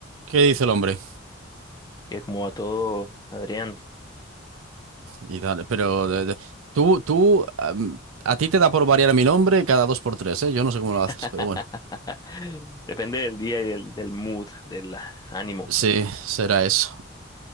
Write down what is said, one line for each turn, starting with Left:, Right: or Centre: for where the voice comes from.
Right: ¿Qué dice el hombre?
Left: Y como va todo, Adrián.
Right: Y dale, pero de- de- tú, tú, am, a ti te da por variar mi nombre cada dos por tres, ¿eh? Yo no sé cómo
Left: <laughs>
Right: lo haces, pero bueno.
Left: Depende del día y del, del mood, del ánimo.
Right: Sí, será eso.